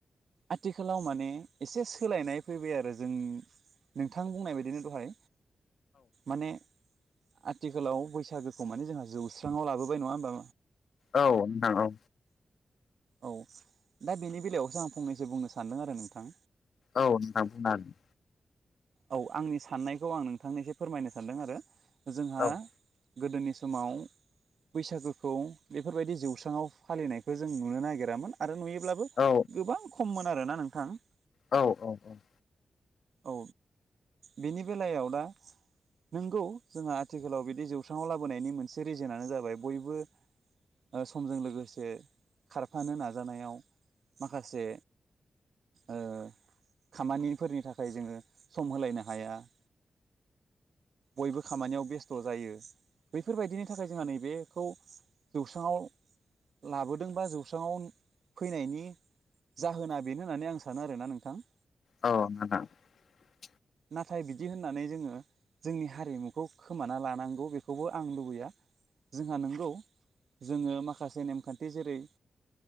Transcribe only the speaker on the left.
औ नोंथां औ।
औ नोंथां बुंनो हागोन।
हागोन
औ
औ औ औ ।
औ <inaudible>